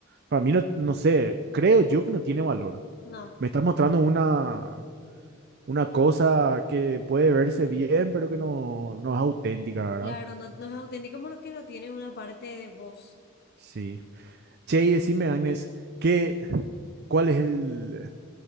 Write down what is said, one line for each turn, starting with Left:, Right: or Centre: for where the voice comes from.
Right: para mí no, no sé, creo yo que no tiene valor.
Left: No,
Right: Me estás mostrando una, una cosa que puede verse bien, pero que no, no es auténtica, ¿verdad?
Left: claro, no, no es auténtico porque no tiene una parte de voz.
Right: Sí. Che, y decime, Agnes, ¿qué, cuál es el,